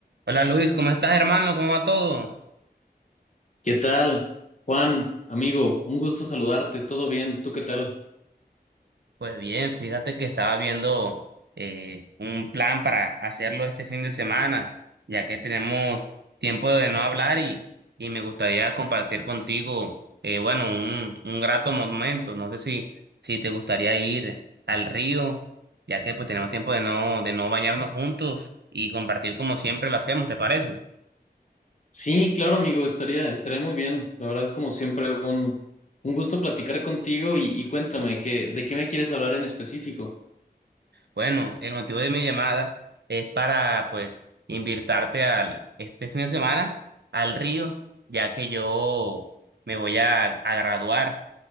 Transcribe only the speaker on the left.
¿Qué tal, Juan, amigo? Un gusto saludarte, todo bien, ¿tú qué tal?
Sí, claro, amigo, estaría, estaría muy bien. La verdad, como siempre, un, un gusto platicar contigo y, y cuéntame, ¿qué, de qué me quieres hablar en específico?